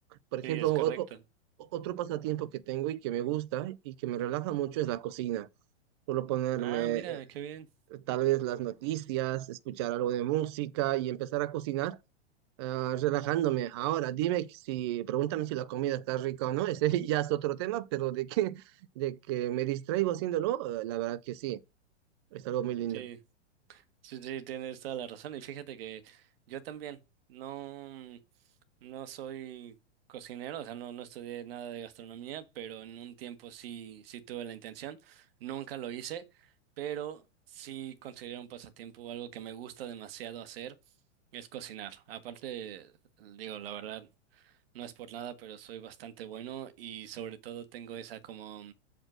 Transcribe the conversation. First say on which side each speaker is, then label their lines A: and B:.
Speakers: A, on the right; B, on the right.
A: Por ejemplo,
B: Sí, es correcto.
A: o- o- otro pasatiempo que tengo y que me gusta y que me relaja mucho es la cocina. Solo ponerme
B: Ah, mira,
A: eh,
B: qué bien.
A: tal vez las noticias, escuchar algo de música y empezar a cocinar. Ah, relajándome. Ahora, dime si, pregúntame si la comida está rica o no, ese <laughs> ya es otro tema, pero de que, de que me distraigo haciéndolo, eh, la verdad que sí, es algo muy lindo.
B: Sí, sí, sí, tienes toda la razón. Y fíjate que yo también no, no soy cocinero, o sea, no, no estudié nada de gastronomía, pero en un tiempo sí, sí tuve la intención. Nunca lo hice, pero sí considero un pasatiempo algo que me gusta demasiado hacer, es cocinar. Aparte, digo, la verdad. No es por nada, pero soy bastante bueno y sobre todo tengo esa como